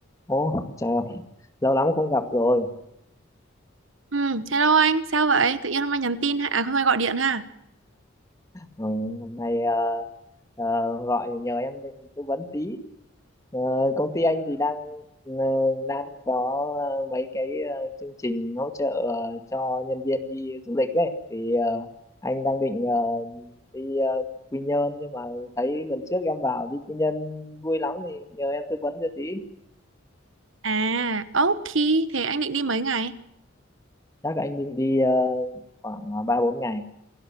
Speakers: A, on the left; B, on the right.
A: Ồ, chào, lâu lắm không gặp rồi.
B: Ừ, hello anh, sao vậy? Tự nhiên hôm nay nhắn tin ha, à hôm nay gọi điện ha.
A: Ừ, hôm nay ờ, ờ, gọi nhờ em định tư vấn tí. Ờ, công ty anh thì đang ờ, đang có ờ, mấy cái ờ, chương trình hỗ trợ ờ, cho nhân viên đi du lịch ấy. Thì ờ, anh đang định ờ, đi ờ, Quy Nhơn nhưng mà thấy lần trước em bảo đi Quy Nhơn vui lắm thì nhờ em tư vấn cho tí.
B: À, ok, thế anh định đi mấy ngày?
A: Chắc anh định đi ờ, khoảng ờ, ba bốn ngày.